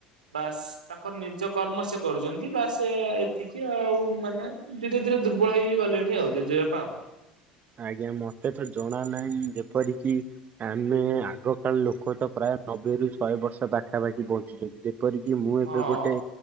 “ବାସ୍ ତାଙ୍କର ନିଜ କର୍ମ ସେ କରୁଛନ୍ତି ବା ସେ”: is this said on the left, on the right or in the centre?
Right